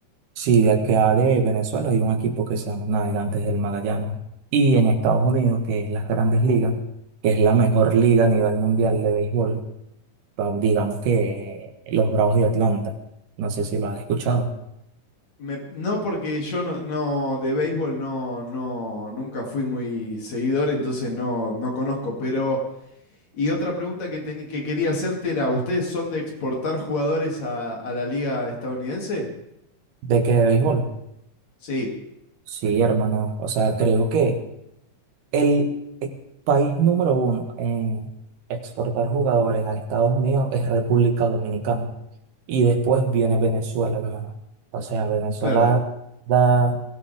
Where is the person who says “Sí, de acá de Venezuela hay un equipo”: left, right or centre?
Right